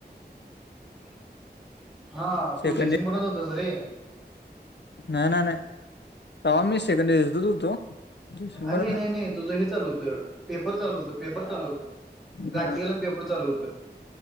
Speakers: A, in the centre; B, on the left.
A: <inaudible> हा
B: सेकंड
A: तू जयसिंगपुरणच
B: इयर
A: होता रे
B: ना-ना नाही, तवा मी सेकंड द तु होतो
A: अरे
B: परत नाही
A: नाही-नाही तुझं हे चालू होतं, पेपर चालू होतं, पेपर चालू होतं. प्रॅक्टिकल
B: अ
A: अन पेपर चालू होत